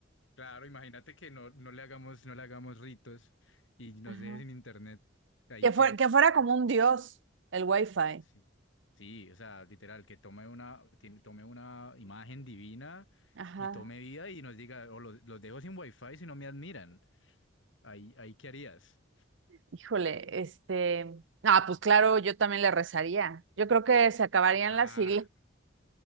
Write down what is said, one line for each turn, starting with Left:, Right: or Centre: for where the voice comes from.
Left: Claro, imagínate que no, no le hagamos, no le hagamos ritos y nos
Right: Ajá.
Left: deje sin internet. ¿Ahí
Right: Que
Left: qué?
Right: fue- que fuera como un dios el wifi.
Left: Sí. Sí, o sea, literal, que tome una, tiene- tome una imagen divina
Right: Ajá.
Left: y tome vida y nos diga, o los, los dejo sin wifi si no me admiran. Ahí, ahí ¿qué harías?
Right: Híjole, este. Ah, pues claro, yo también le rezaría. Yo creo que se acabarían
Left: Ah,
Right: las iglesias.